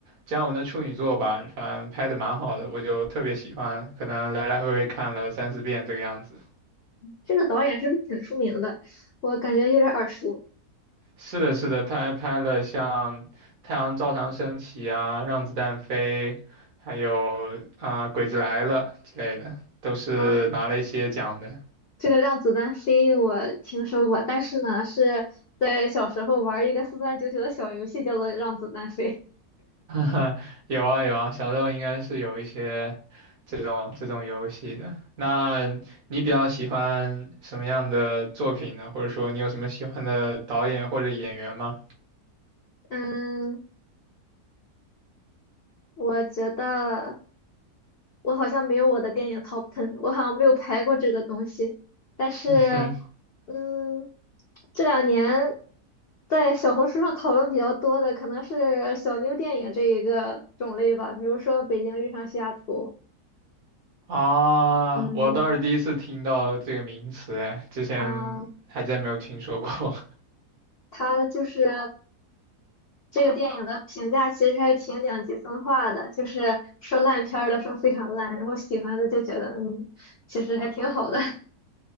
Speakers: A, on the right; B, on the left.
A: 姜文的处女作吧，反正拍的蛮好的，我就特别喜欢，可能来来回回看了三四遍这个样子。
B: 这个导演是不是挺出名的？我感觉有点耳熟。
A: 是的，是的，他还拍了像《太阳照常升起》啊，《让子弹飞》，还有啊、鬼子来了》之类的，都是拿了一些奖的。
B: 啊。这个让子弹飞我听说过，但是呢，是在小时候玩一个四三九九的小游戏，叫做让子弹飞。
A: <laughs> 哈哈，有啊有啊，小时候应该是有一些这种这种游戏的。那你比较喜欢什么样的作品呢？或者说你有什么喜欢的导演或者演员吗？
B: 嗯，我觉得我好像没有我的电影 top ten，我好像没有排过这个东西。但是，
A: <laughs> 嗯哼
B: 嗯，这两年在小红书上讨论比较多的，可能是小妞电影这一个种类吧，比如说《北京遇上西雅图》。
A: 啊，
B: 嗯
A: 我倒是第一次听到这个名词，哎，之前还真没有听说过。
B: 啊，
A: <laughs>
B: 它就是。这个电影的评价其实还挺两极分化的，就是说烂片儿的说非常烂，然后喜欢的就觉得嗯，其实还挺好的。<laughs>